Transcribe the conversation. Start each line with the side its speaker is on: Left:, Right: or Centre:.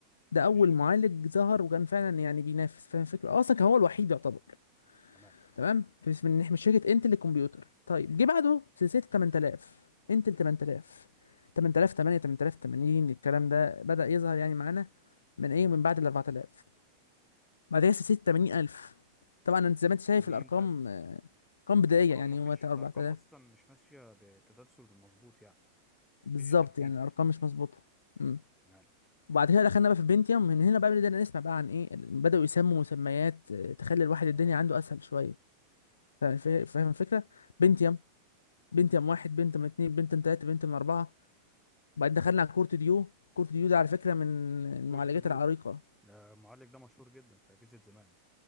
Left: ده
Centre: ماشي
Left: اول معالج ظهر وكان فعلا يعني بينافس فاهم الفكره اصلا كان هو الوحيد يعتبر
Centre: تمام
Left: تمام بس من من شركه انتل للكمبيوتر طيب جه بعده سلسله 8000 انتل 8000 8008 8080 الكلام ده بدا يظهر يعني معانا من
Centre: تمام
Left: ايه من بعد ال 4000 بعد كده سلسله 80000 طبعا انت زي ما انت شايف
Centre: 80000
Left: الارقام آه، ارقام بدائيه
Centre: الارقام
Left: يعني
Centre: مفيش
Left: هو 4000
Centre: الارقام اصلا مش ماشيه بتسلسل مظبوط يعني
Left: بالظبط
Centre: مفيش ترتيب
Left: يعني الارقام مش مظبوطه امم
Centre: تمام
Left: وبعد كده دخلنا بقى في البنتيوم من هنا بقى بدأنا نسمع بقى عن ايه بدأوا يسموا مسميات آه، تخلي الواحد الدنيا
Centre: تمام
Left: عنده اسهل شويه فا- فا- فاهم الفكره بنتيوم بنتيوم واحد بنتيوم اتنين بنتيوم تلاته بنتيوم اربعه بعدين دخلنا على كورت ديو كورت ديو ده على فكرة من المعالجات
Centre: كورتودو
Left: العريقة
Centre: ده المعالج ده مشهور جدا في اجهزه زمان